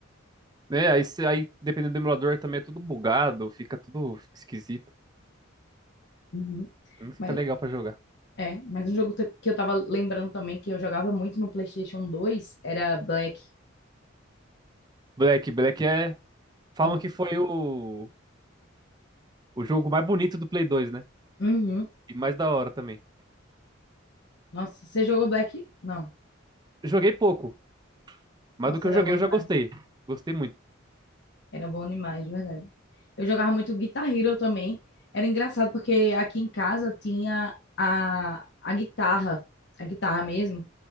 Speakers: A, on the right (about 20°); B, on the left (about 60°).
A: Né? Aí, cê- aí, dependendo do emulador, também é tudo bugado, fica tudo esquisito.
B: Uhum.
A: Não fica
B: Mas
A: legal pra jogar.
B: É, mas um jogo t- que eu tava lembrando também que eu jogava muito no PlayStation 2 era Black.
A: Black, Black é. Falam
B: No-
A: que foi o, o jogo mais bonito do Play 2, né?
B: Uhum.
A: E mais da hora também.
B: Nossa, você jogou Black? Não.
A: Joguei pouco, mas
B: Nossa,
A: do que eu
B: era
A: joguei
B: bom
A: eu
B: demais.
A: já gostei. Gostei muito.
B: Era bom demais, de verdade. Eu jogava muito Guitar Hero também. Era engraçado porque aqui em casa tinha a, a guitarra, a guitarra mesmo,